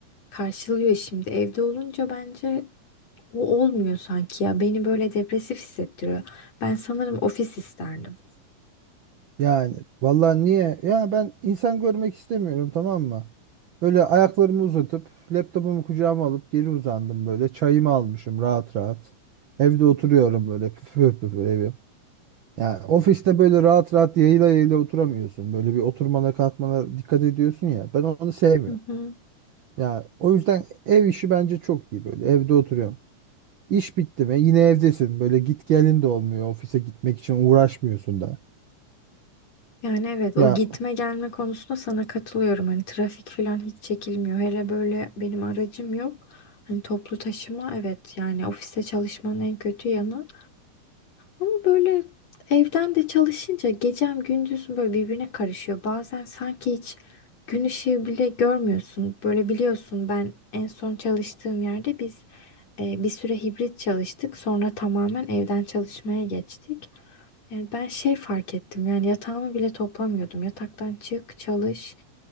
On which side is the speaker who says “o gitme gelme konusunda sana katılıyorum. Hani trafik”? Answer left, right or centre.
Left